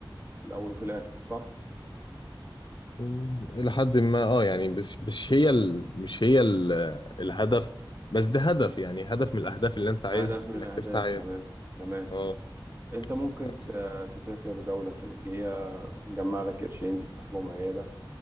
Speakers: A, on the right; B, on the left.
A: في الأول وفي الآخر صح؟
B: مم، إلى حد ما اه يعني بس مش هي ال... مش هي ال... الهدف بس ده هدف يعني هدف من الأهداف اللي أنت عايز
A: هدف من الأهداف
B: إنك تفتح عيادة
A: تمام تمام
B: اه
A: أنت ممكن
B: إنك تفتح
A: ت- تسافر دولة خليجية تجمع لك قرشين تفتح بهم عيادة